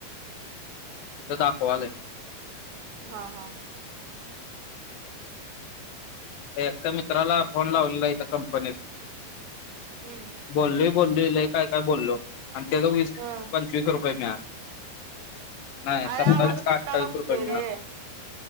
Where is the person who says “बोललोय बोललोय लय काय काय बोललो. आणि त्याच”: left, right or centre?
Left